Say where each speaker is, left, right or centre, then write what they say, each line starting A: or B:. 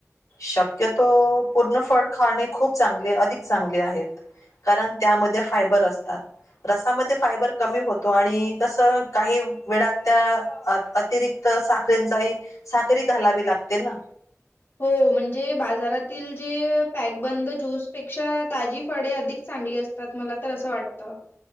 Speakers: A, on the left (about 80°); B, on the left (about 45°).
A: शक्यतो पूर्ण फड खाणे खूप चांगले, अधिक चांगले आहेत. कारण त्यामध्ये फायबर असतात. रसामध्ये फायबर कमी होतो, आणि कसं काही वेडात त्या अ अतिरिक्त साखरेंचाही साखरहि घालावी लागते ना?
B: हो, म्हणजे बाजारातील जे पॅकबंद ज्यूसपेक्षा ताजी फळे अधिक चांगली अस त्यात मला तर असं वाटतं